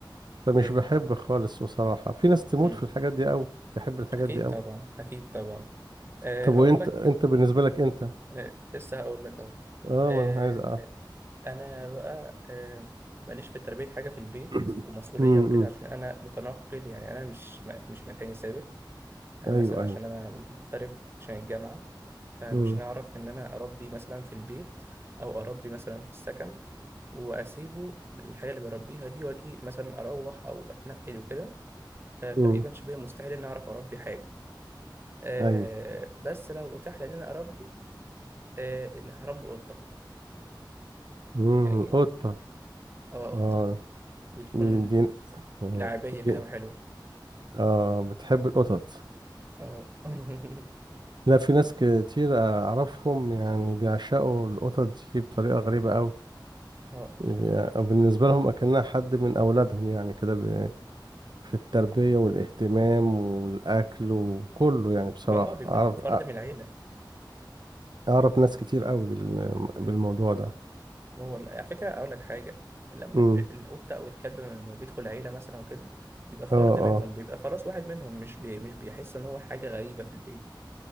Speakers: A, on the right (about 65°); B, on the right (about 30°).
A: فمش
B: فاهم
A: بحب
B: اه
A: خالص بصراحة في ناس تموت
B: أمم.
A: في الحاجات دي قوي تحب الحاجات
B: أكيد
A: دي قوي
B: طبعا أكيد طبعا أه
A: طب
B: هقول
A: وانت
B: لك
A: انت بالنسبة لك انت
B: أه لسه هقول لك أهو
A: اه
B: أه
A: ما انا عايز اعرف
B: أنا بقى أه ماليش في تربية حاجة في البيت
A: <coughs>
B: ومسؤولية
A: <clears throat> امم
B: وكده عشان أنا متنقل يعني أنا مش م- مش مكاني ثابت أنا
A: ايوه
B: مثلا
A: ايوه
B: عشان أنا مغترب عشان الجامعة فمش
A: امم
B: هنعرف إن أنا أربي مثلا في البيت أو أربي مثلا في السكن وأسيبه الحاجة اللي بربيها دي وأجي مثلا أروح أو أتنقل وكده فتقريبا
A: امم
B: شبه مستحيل إني أعرف أربي حاجة آه
A: ايوه
B: بس لو أتاح لي إن أنا أربي آه إن هربي قطة
A: امم
B: يعني
A: قطة
B: آه
A: اه
B: قطة بتكون
A: دي دي آه،
B: لعبية
A: دي
B: كده وحلوة
A: اه بتحب القطط
B: آه <laughs>
A: لا في ناس كتير اعرفهم يعني بيعشقوا القطط دي بطريقة غريبة قوي
B: آه
A: يبقى بالنسبة لهم اكنها حد من اولادهم يعني كده في التربية والاهتمام والأكل وكله يعني بصراحة
B: ما اه بيبقى
A: أعرف
B: فرد من العيلة
A: أعرف ناس كتير قوي بال-
B: مم.
A: بالموضوع ده
B: هو ال- على فكرة أقول لك حاجة لما
A: امم
B: ال- ال- القطة أو الكلب لما بيدخل عيلة مثلا وكده بيبقى فرد
A: اه
B: منهم
A: اه
B: بيبقى خلاص واحد منهم مش بي... مش بيحس إن هو حاجة غريبة في البيت